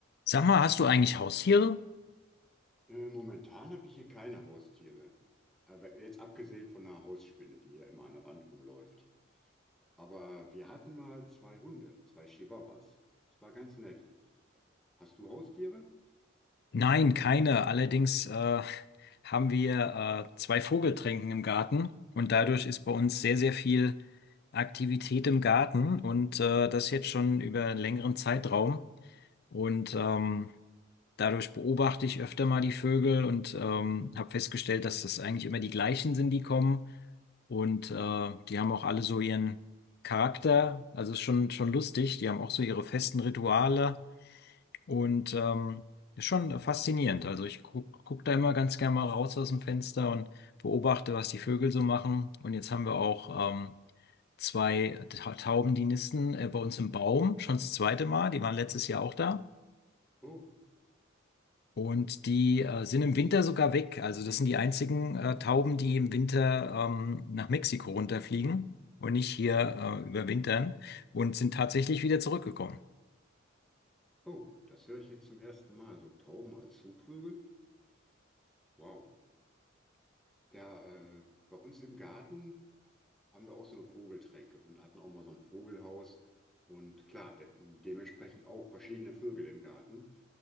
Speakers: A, on the left (about 50°); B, in the centre.
A: Sag mal, hast du eigentlich Haustiere?
B: Äh, Momentan habe ich hier keine Haustiere. Aber jetzt abgesehen von einer Hausspinne, die hier immer an der Wand rumläuft. Aber wir hatten mal zwei Hunde, zwei Chihuahuas. Das war ganz nett. Hast du Haustiere?
A: Nein, keine. Allerdings äh, haben wir äh, zwei Vogeltränken im Garten und dadurch ist bei uns sehr, sehr viel Aktivität im Garten und äh, das jetzt schon über einen längeren Zeitraum. Und ähm, dadurch beobachte ich öfter mal die Vögel und ähm, habe festgestellt, dass das eigentlich immer die gleichen sind, die kommen. Und äh, die haben auch alle so ihren Charakter. Also ist schon, schon lustig. Die haben auch so ihre festen Rituale. Und ähm, ist schon faszinierend. Also ich guck, guck da immer ganz gerne mal raus aus dem Fenster und beobachte, was die Vögel so machen. Und jetzt haben wir auch ähm, zwei Ta- Tauben, die nisten äh, bei uns im Baum, schon das zweite Mal. Die waren letztes Jahr auch da.
B: Oh,
A: Und die äh, sind im Winter sogar weg. Also das sind die einzigen äh, Tauben, die im Winter ähm, nach Mexiko runterfliegen und nicht hier äh, überwintern und sind tatsächlich wieder zurückgekommen.
B: oh, das höre ich jetzt zum ersten Mal. So Tauben als Zugvögel? Wow. Ja, äh, bei uns im Garten haben wir auch so eine Vogeltränke und hatten auch mal so ein Vogelhaus. Und klar, de dementsprechend auch verschiedene Vögel im Garten.